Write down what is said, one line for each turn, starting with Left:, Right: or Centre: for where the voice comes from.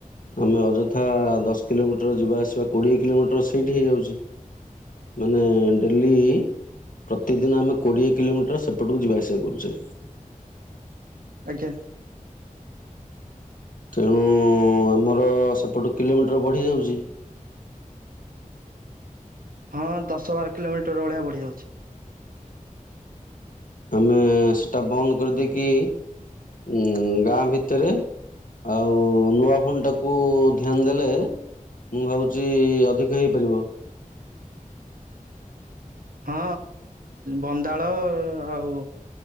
Left: ଆମେ ଅଯଥା ଦଶ କିଲୋମିଟର ଯିବା ଆସିବା କୋଡ଼ିଏ କିଲୋମିଟର ସେଇଠି ହେଇଯାଉଛି। ମାନେ ଡେଲି। ପ୍ରତିଦିନ ଆମେ କୋଡିଏ କିଲୋମିଟର ସେପଟକୁ ଯିବା ଆସିବା କରୁଛେ।
Right: ଆଜ୍ଞା।
Left: ତେଣୁ ଆମର ସେପଟ କିଲୋମିଟର ବଢି ଯାଉଛି।
Right: ହଁ ଦଶ ବାର କିଲୋମିଟର ର ଭଳିଆ ବଢି ଯାଉଛି।
Left: ଆମେ ସେଟା ବନ୍ଦ କରିଦେଇକି ଉ ଗାଁ ଭିତରେ। ଆଉ ନୂଆ ଫୋନ ଟାକୁ ଧ୍ୟାନ ଦେଲେ। ମୁଁ ଭାବୁଛି ଅଧିକ ହେଇପାରିବ।
Right: ହଁ ବନ୍ଦାଳ ଆଉ।